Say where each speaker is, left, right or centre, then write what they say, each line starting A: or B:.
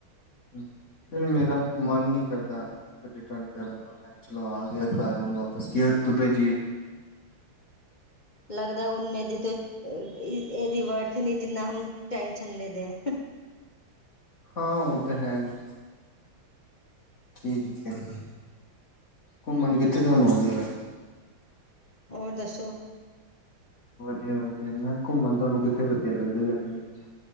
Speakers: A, on the left (about 40°); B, on the left (about 65°).
A: ਹੂੰ, ਫਿਰ ਮੇਰਾ ਮਨ ਨਹੀਂ ਕਰਦਾ ਰਿਟਨ ਕਰਨ ਦਾ, ਮੈਂ ਚਲੋ ਆ ਗਿਆ ਘਰ ਹੁਨ ਵਾਪਸ ਕਯਾ ਤੋਂ ਭੇਜੀਏ।
B: ਲੱਗਦਾ ਓਨੇ ਦੀ ਤੇ ਇਹਦੀ ਵਰਥ ਨਹੀਂ ਜਿੰਨਾ ਹਮ ਟੈਂਸ਼ਨ ਲੈਦੇ ਏ
A: ਹਾਂ ਉਹ ਤਾਂ ਹੈਗਾ, ਘੁੰਮਨ <unintelligible> ਘੁੰਮਨ ਕਿੱਥੇ ਤੁਹਾਨੂੰ ਵਧੀਆ ਲੱਗਦਾ?
B: ਹੋਰ ਦੱਸੋ।
A: ਵਧੀਆ-ਵਧੀਆ, ਮੈਂ ਘੁੰਮਨ ਤੁਹਾਨੂੰ ਕਿੱਥੇ ਵਧੀਆ ਲੱਗਦਾ ਗਰਮੀ ਵਿੱਚ?